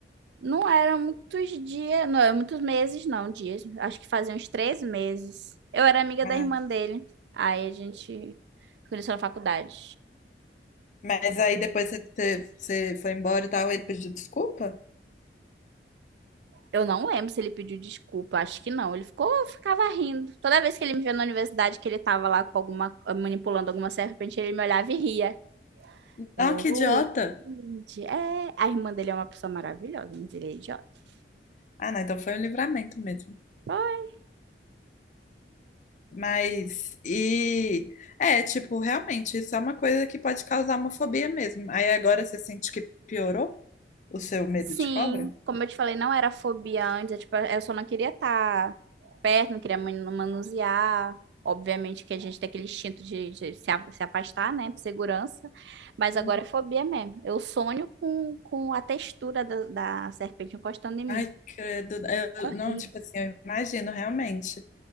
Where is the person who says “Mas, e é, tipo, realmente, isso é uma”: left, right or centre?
Left